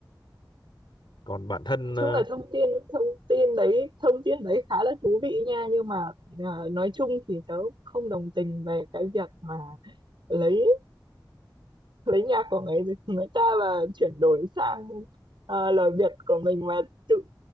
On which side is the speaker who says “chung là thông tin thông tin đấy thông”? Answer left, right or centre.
Right